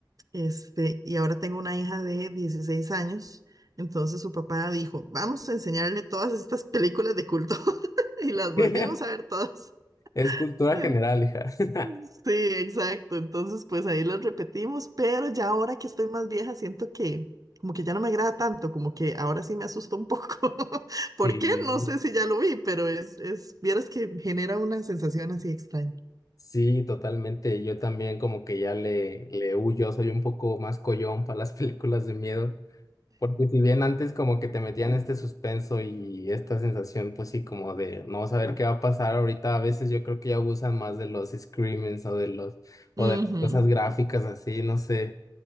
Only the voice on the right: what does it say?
Este, y ahora tengo una hija de 16 años. Entonces su papá dijo, vamos a enseñarle todas estas películas de culto. <laughs> Y las volvimos
a ver todas.
<laughs>
Sí, exacto. Entonces, pues ahí los repetimos, pero ya ahora que estoy más vieja, siento que como que ya no me agrada tanto, como que ahora sí me asusta un poco. <laughs> ¿Por
qué? No sé si ya lo vi, pero es, es, vieras que genera una sensación así extraña.
Ujú,